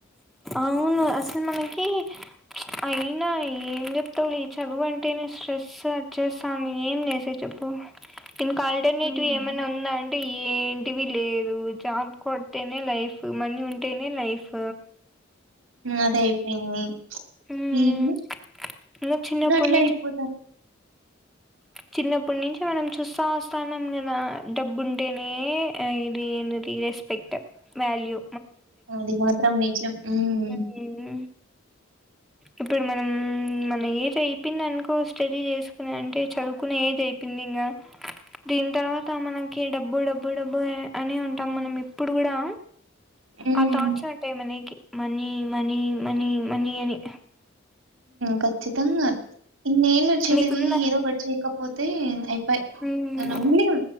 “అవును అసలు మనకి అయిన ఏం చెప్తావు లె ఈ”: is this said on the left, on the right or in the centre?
Centre